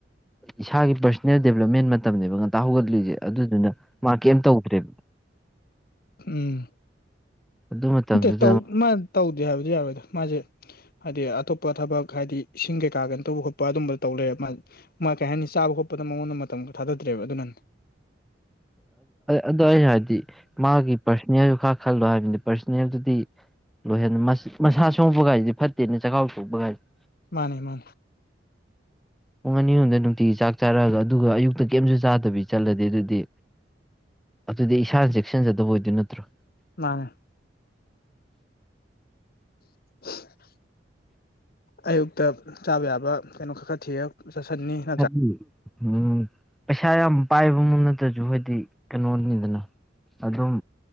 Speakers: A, in the centre; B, on the left (about 55°).
A: ꯏꯁꯥꯒꯤ ꯄꯔꯁꯣꯅꯦꯜ ꯗꯦꯕꯂꯞꯃꯦꯟ ꯃꯇꯝꯅꯦꯕ ꯉꯟꯇ ꯍꯧꯒꯠꯂꯤꯁꯦ ꯑꯗꯨꯗꯨꯅ ꯃꯥ ꯀꯦꯝ ꯇꯧꯗ꯭ꯔꯦꯕ
B: ꯎꯝ
A: ꯑꯗꯨ ꯃꯇꯝꯗꯨꯗ
B: ꯅꯠꯇꯦ ꯇꯧ ꯃꯥ ꯇꯧꯗꯦ ꯍꯥꯏꯕꯗꯤ ꯌꯥꯔꯣꯏꯗ ꯃꯥꯁꯦ ꯍꯥꯏꯗꯤ ꯑꯇꯣꯞꯄ ꯊꯕꯛ ꯍꯥꯏꯗꯤ ꯏꯁꯤꯡ ꯀꯩꯀꯥ ꯀꯩꯅ ꯇꯧꯕ ꯈꯣꯠꯄ ꯑꯗꯨꯝꯕ ꯇꯧ ꯂꯩꯔꯦ ꯃꯥ ꯃꯥ ꯀꯩ ꯍꯥꯏꯅꯤ ꯆꯥꯕ ꯈꯣꯠꯄꯗ ꯃꯉꯣꯟꯗ ꯃꯇꯝꯒ ꯊꯥꯗ꯭ꯔꯦꯕ ꯑꯗꯨꯅ
A: ꯑꯗꯣ ꯑꯩꯅ ꯍꯥꯏꯗꯤ ꯃꯥꯒꯤ ꯄꯥꯔꯁꯣꯅꯦꯜ ꯈꯔ ꯈꯜꯂꯣ ꯍꯥꯏꯕꯅꯤꯗ ꯄꯔꯁꯣꯅꯦꯜꯗꯨꯗꯤ ꯂꯣꯏꯍꯟ ꯃꯁꯥ ꯁꯣꯛꯄꯒꯥꯏꯁꯤꯗꯤ ꯐꯠꯇꯦꯅꯦ ꯆꯈꯥꯎ ꯁꯣꯛꯄꯥꯒꯥꯏꯁꯦ
B: ꯃꯥꯅꯦ ꯃꯥꯅꯦ
A: ꯄꯨꯡ ꯑꯅꯤꯔꯣꯝꯗ ꯅꯨꯡꯇꯤꯒꯤ ꯆꯥꯛ ꯆꯥꯔꯛꯑꯒ ꯑꯗꯨꯒ ꯑꯌꯨꯛꯇ ꯀꯩꯝꯁꯨ ꯆꯥꯗꯕꯤ ꯆꯠꯂꯗꯤ ꯑꯗꯨꯗꯤ ꯑꯗꯨꯗꯤ ꯏꯁꯥꯅ ꯆꯦꯛꯁꯤꯟꯖꯗꯕ ꯑꯣꯏꯗꯣꯏ ꯅꯠꯇ꯭ꯔꯣ
B: ꯃꯥꯅꯦ <inaudible> ꯑꯌꯨꯛꯇ ꯆꯥꯕ ꯌꯥꯕ ꯀꯩꯅꯣ ꯈꯔ ꯈꯔ ꯊꯤꯑ ꯁ ꯁꯅꯤ <unintelligible>
A: ꯍꯥꯏ <unintelligible> ꯎꯝ ꯄꯩꯁꯥ ꯌꯥꯝ ꯄꯥꯏꯕ ꯑꯃꯝ ꯅꯠꯇ꯭ꯔꯁꯨ ꯍꯥꯏꯗꯤ ꯀꯩꯅꯣꯅꯤꯗꯅ ꯑꯗꯨꯝ